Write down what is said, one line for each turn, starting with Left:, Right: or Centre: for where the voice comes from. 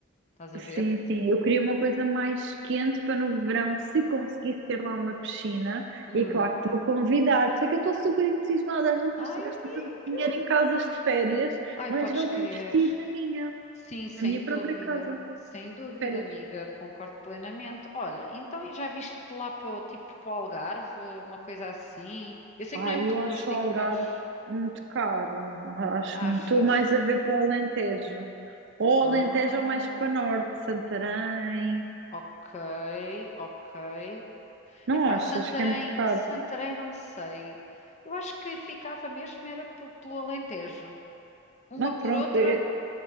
Left: estás a
Right: Sim,
Left: ver?
Right: sim, eu queria uma coisa mais quente para no verão, se conseguisse ter lá uma piscina,
Left: Hum.
Right: e claro que estou a convidar, por isso é que eu estou super entusiasmada, às vezes uma
Left: Ai,
Right: pessoa gasta
Left: amiga.
Right: tanto dinheiro em casas de férias,
Left: Ai,
Right: mas
Left: podes
Right: vale
Left: crer.
Right: não investir na minha,
Left: Sim, sem
Right: na minha própria
Left: dúvida,
Right: casa
Left: sem dúvida,
Right: de férias.
Left: amiga, concordo plenamente. Olha, então e já viste lá para o tipo para o Algarve, uma coisa assim? Eu sei
Right: Ah,
Left: que não é muito
Right: eu
Left: rústico,
Right: acho o Algarve
Left: mas
Right: muito caro. Acho
Left: achas?
Right: muito mais a ver para o Alentejo. Ou
Left: Ah,
Right: Alentejo ou mais para norte, Santarém.
Left: ok, ok.
Right: Não
Left: Epá,
Right: achas
Left: Santarém,
Right: que é muito caro?
Left: Santarém não sei. Eu acho que ficava mesmo era pe- pelo Alentejo. Uma
Right: Mas
Left: por
Right: pronto,
Left: outra?
Right: é,